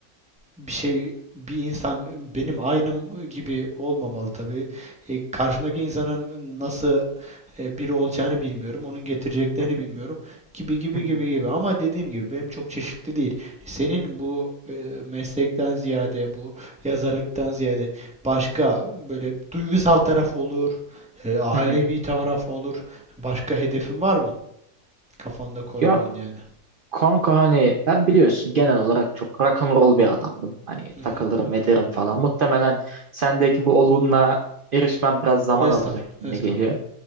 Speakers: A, in the centre; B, on the right.
A: bir şey bir insan benim aynım gibi olmamalı tabii. E, karşımdaki insanın nasıl e, biri olacağını bilmiyorum. Onun getireceklerini
B: Hı hı,
A: bilmiyorum. Gibi gibi
B: hı hı,
A: gibi gibi. Ama dediğim gibi benim çok çeşitli değil. Senin bu e, meslekten ziyade bu yazarlıktan ziyade başka böyle duygusal taraf olur, e, ailevi
B: hı hı.
A: taraf olur. Başka hedefin var mı? Kafanda koyduğun
B: Ya
A: yani.
B: kanka hani ben biliyorsun genel olarak çok rock and roll bir adamdım. Hani
A: Hı hı.
B: takılırım ederim falan. Muhtemelen sendeki bu olgunluğa erişmem biraz zaman
A: Estağfurullah,
B: alacak gibi
A: estağfurullah.
B: geliyor.